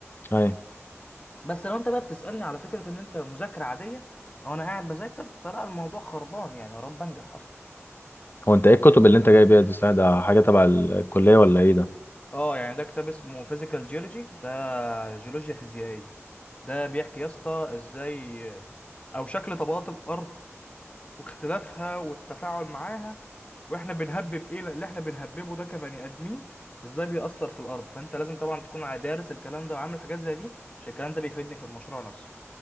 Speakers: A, on the left; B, on the left.
A: أي
B: بس لو انت بقى بتسالني على فكره ان انت مذاكره عاديه او انا قاعد بذاكر فلا الموضوع خربان يعني يا رب انجح اصلا
A: هو أنت إيه الكتب اللي أنت جايبها دي صحيح ده حاجة تبع الكلية ولا إيه ده؟
B: اه يعني ده كتاب اسمه فيزيكال جيولوجي ده جيولوجيا فيزيائيه ده بيحكي يا اسطى ازاي او شكل طبقات الارض واختلافها والتفاعل معاها واحنا بنهبب ايه اللي احنا بنهببه ده كبني ادمين ازاي بيأثر في الارض فانت لازم طبعا تكون ع- دارس الكلام ده وعامل حاجات زي دي عشان الكلام ده بيفيدني في المشروع نفسه